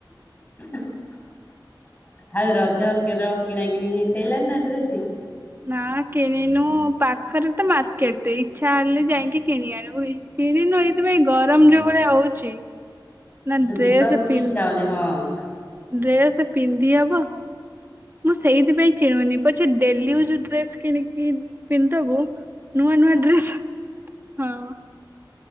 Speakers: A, on the left (about 20°); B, on the right (about 25°).
A: <inaudible> ଆଉ ରଜକର କିଣା କିିଣି ହେଇସଇିଲଣିି ନା ଡ୍ରେସ।
B: ନା କିଣିନୁ ପାଖରେ ତ ମାର୍କେଟ ଇଚ୍ଛା ହେଲେ ଯାଇକି କିଣି ଆଣିବୁ କିଣିନୁ ଏଇଥିପାଇଁ ଗରମ ଯୋଉଭଳିଆ ହଉଛି। ନା ଡ୍ରେସ
A: ଜିବାକୁ ବି
B: ପିନ୍ଧି
A: ଇଚ୍ଛା ହଉନି ହଁ। ହଁ।
B: ଡ୍ରେସ ପିନ୍ଧି ହବ ମୁଁ ସେଇଥିପାଇଁ କିଣୁନି। ପଛେ ଦେଲି ଉଜ ଡ୍ରେସ୍ କିଣିକି କି ପିନ୍ତାବୁ ନୂଆ ନୂଆ ଡ୍ରେସ୍ ହଁ।